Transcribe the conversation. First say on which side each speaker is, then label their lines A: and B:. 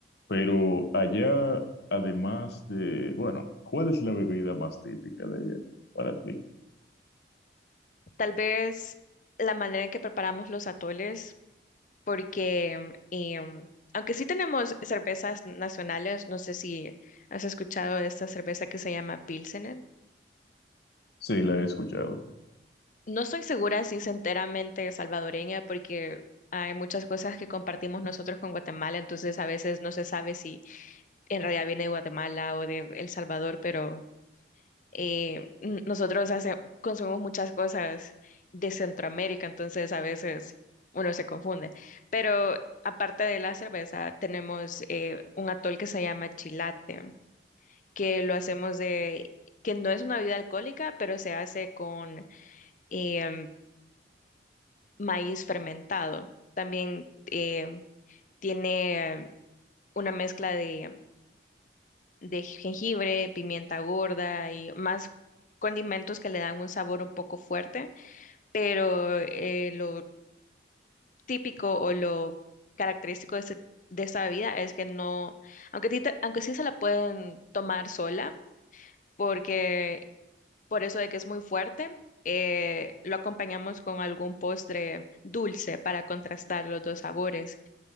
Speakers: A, on the left; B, on the left.
A: Pero allá, además de, bueno, ¿cuál es la bebida más típica de allá para ti?
B: Tal vez la manera en que preparamos los atoles, porque em, aunque sí tenemos cervezas nacionales, no sé si has escuchado de esta cerveza que se llama Pilsener.
A: Sí, la he escuchado.
B: No estoy segura si es enteramente salvadoreña porque hay muchas cosas que compartimos nosotros con Guatemala, entonces a veces no se sabe si en realidad viene de Guatemala o de El Salvador, pero eh, n- nosotros hace- consumimos muchas cosas de Centroamérica, entonces a veces uno se confunde. Pero aparte de la cerveza, tenemos eh, un atol que se llama chilate, que lo hacemos de, que no es una bebida alcohólica, pero se hace con... em, maíz fermentado. También eh, tiene una mezcla de, de jengibre, pimienta gorda y más condimentos que le dan un sabor un poco fuerte, pero eh, lo típico o lo característico de, este- de esta bebida es que no, aunque, sí te- aunque sí se la pueden tomar sola, porque por eso de que es muy fuerte. eh, lo acompañamos con algún postre dulce para contrastar los dos sabores.